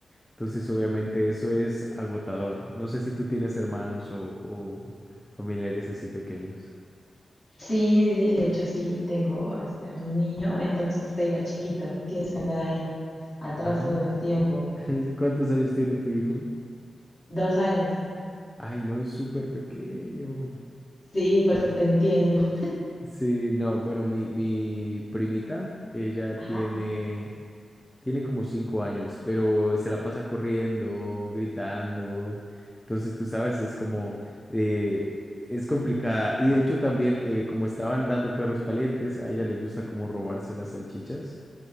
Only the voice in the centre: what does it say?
Entonces obviamente eso es agotador. No sé si tú tienes hermanos o, o familiares así pequeños.
Ah,
<laughs> ¿cuántos años tiene tu hijo?
Ay, no, es súper pequeño.
Sí, no, bueno, mi, mi primita, ella tiene
Tiene como cinco años, pero se la pasa corriendo, gritando. Entonces, tú sabes, es como, eh, es complicada. Y de hecho también, eh, como estaban dando perros calientes, a ella le gusta como robarse las salchichas,